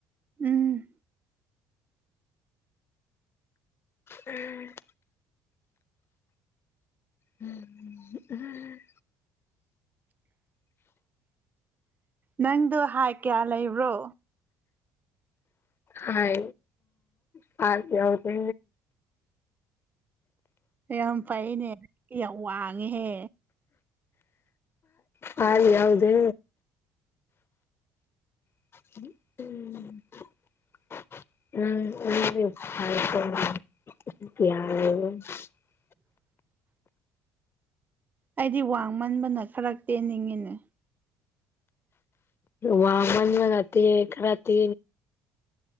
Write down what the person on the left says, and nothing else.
ꯎꯝ ꯎꯝ
ꯍꯥꯏ ꯐ ꯌꯥꯎꯗ
ꯍꯔ ꯌꯥꯎꯗꯦ ꯎꯝ ꯎꯝꯌꯥꯔ
ꯋꯥ ꯃꯅꯤ ꯃꯇ ꯈꯔꯇꯦ